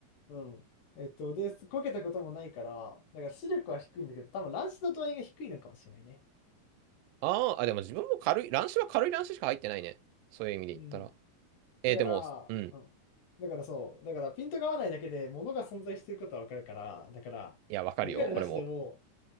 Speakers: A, on the left; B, on the right.
A: うん。えっと、で、こけたこともないから、だから視力は低いんだけど、多分乱視の度合いが低いのかもしれないね。
B: あーあ、でも自分も軽い、乱視は軽い乱視しか入ってないね。そういう意味で言ったら。
A: うん。
B: えーでも、
A: だから、
B: うん。
A: うん。だからそう。だからピントが合わないだけで物が存在していることはわかるから、だから、
B: いや、わかるよ、
A: メガネなしでも、
B: 俺も。